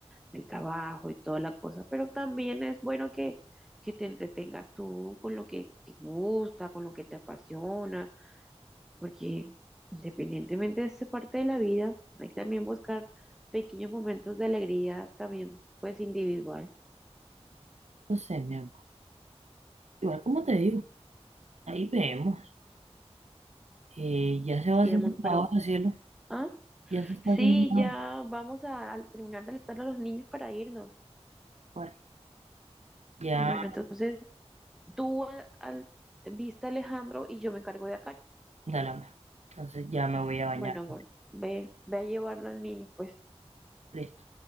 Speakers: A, in the centre; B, on the right.
A: el trabajo y toda la cosa, pero también es bueno que, que te entretengas tú con lo que te gusta, con lo que te apasiona. porque independientemente de esa parte de la vida, hay que también buscar pequeños momentos de alegría, también pues individual,
B: entonces, mi amor, igual como te digo. Ahí vemos. Eh, ya se
A: sí,
B: va haciendo
A: amor, pero...
B: la hora, cielo.
A: Ah,
B: Ya se está
A: sí,
B: haciendo la
A: ya
B: hora.
A: vamos a, a terminar de alistar a los niños para irnos.
B: Bueno, ya,
A: Bueno, entonces tú al, al- viste a Alejandro y yo me encargo de acá.
B: dale. Entonces ya me voy a bañar.
A: Bueno, amor, ve, ve a llevarlo al niño, pues.
B: Listo.